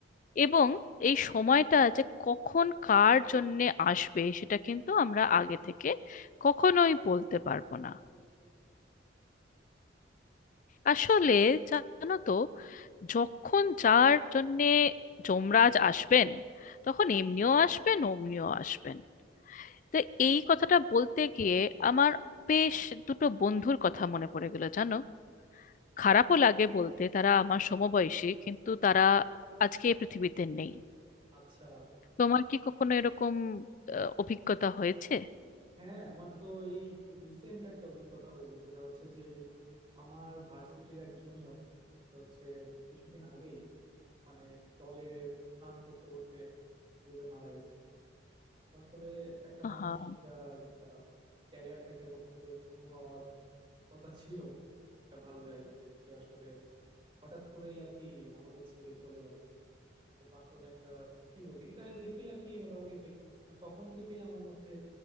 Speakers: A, on the left; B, on the right.
A: এবং এই সময়টা যে কখন কার জন্যে আসবে সেটা কিন্তু আমরা আগে থেকে কখনোই বলতে পারবো না আসলে জানো তো যখন যার জন্যে যমরাজ আসবেন তখন এমনিও আসবেন অমনিও আসবেন তো এই কথাটা বলতে গিয়ে আমার বেশ দুটো বন্ধুর কথা মনে পড়ে গেল জানো খারাপও লাগে বলতে তারা আমার সমবয়সী কিন্তু তারা আজকে এই পৃথিবীতে নেই
B: আচ্ছা
A: তোমার কি কখনো এরকম আহ, অভিজ্ঞতা হয়েছে
B: হ্যাঁ আমার তো এই রিসেন্ট একটা অভিজ্ঞতা হইলো সেটা হচ্ছে যে আমার ভার্সিটির এক জুনিয়র হচ্ছে কিছুদিন আগেই মানে জলে স্নান করতে করতে ডুবে মারা গেছে তো আসলে একটা মানুষ
A: হ্যাঁ
B: যার ক্যারিয়ারটা কেবলমাত্র শুরু হওয়ার কথা ছিল একটা ভালো জায়গাতে সে আসলে হঠাৎ করেই আর কি আমাদের ছেড়ে চলে গেল তো আসলে একটা মানে কি বলবি এটা দেখেই আর কি মোটামুটি সে মানে তখন থেকেই আমার মধ্যে